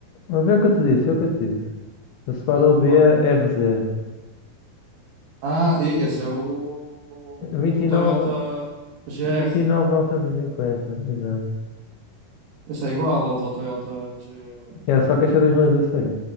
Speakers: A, on the left; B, on the right.
A: ah, a ver o que eu te disse, é o que eu te disse. A Subaru
B: É, qual?
A: B R BRZ
B: Ah, e- esse é o, o,
A: 29.
B: o Toyota GR.
A: vinte e e nove mil novecentos e cinquenta exato.
B: Esse é igual ao do Toyota GR.
A: É só caixa 2016.